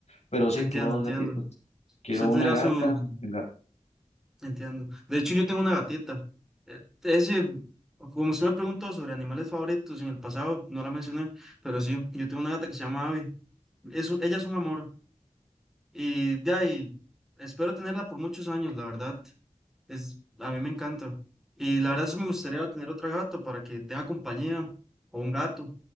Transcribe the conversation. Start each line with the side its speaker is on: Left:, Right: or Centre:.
Left: pero sí,
Centre: Entiendo,
Left: quiero dos
Centre: entiendo.
Left: gatitos, quiero
Centre: Usted
Left: una
Centre: tendría
Left: gata
Centre: su,
Left: y un gato.
Centre: Entiendo. De hecho, yo tengo una gatita. Eh, Ese, como usted me preguntó sobre animales favoritos en el pasado, no la mencioné, pero sí, yo tengo una gata que se llama Abby. Es, un- ella es un amor. Y de ahí, espero tenerla por muchos años, la verdad. Es, a mí me encanta. Y la verdad, sí me gustaría tener otra gata para que tenga compañía o un gato.